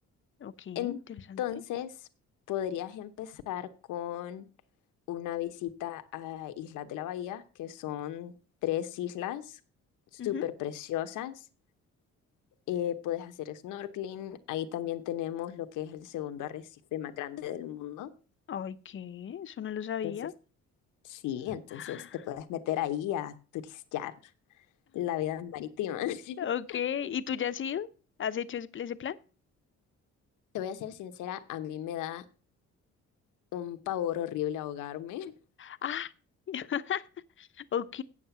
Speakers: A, on the left; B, on the left.
A: Ok, interesante.
B: Entonces, podrías empezar con una visita a Islas de la Bahía, que son tres islas súper
A: Ujú.
B: preciosas eh, puedes hacer snorkeling, ahí también tenemos lo que es el segundo arrecife más grande del mundo.
A: Ay, ¿qué? Eso no lo sabía.
B: Entonces, sí, entonces
A: <gasps>
B: te puedes meter ahí a turistear la vida marítima. <laughs>
A: Ok, ¿y tú ya has ido? ¿Has hecho ese ese plan?
B: Te voy a ser sincera, a mí me da un pavor horrible ahogarme. <laughs>
A: Ah, <laughs> ok.